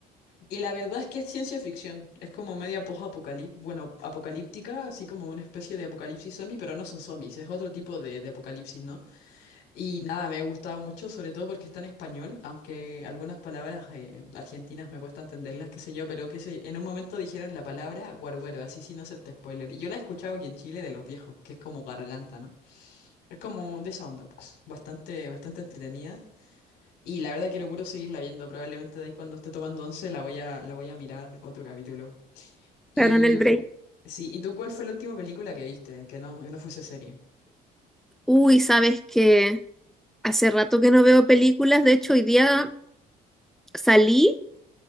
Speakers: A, on the left; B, in the centre.
A: Y la verdad es que es ciencia ficción, es como media post-apocalíptica, bueno, apocalíptica, así como una especie de apocalipsis zombie, pero no son zombies, es otro tipo de, de apocalipsis, ¿no? Y nada, me ha gustado mucho, sobre todo porque está en español, aunque algunas palabras eh, argentinas me cuesta entenderlas, qué sé yo, pero que sé, en un momento dijeron la palabra guarguero, así sin hacerte spoiler. Y yo la he escuchado aquí en Chile de los viejos, que es como garganta, ¿no? Es como de esa onda, pues, bastante, bastante entretenida. Y la verdad quiero puro seguirla viendo. Probablemente de ahí cuando esté tomando once la voy a, la voy a mirar otro capítulo. Y
B: Claro, en el break.
A: sí, ¿y tú cuál fue la última película que viste? Que no, que no fuese serie.
B: Uy, sabes que hace rato que no veo películas, de hecho hoy día salí,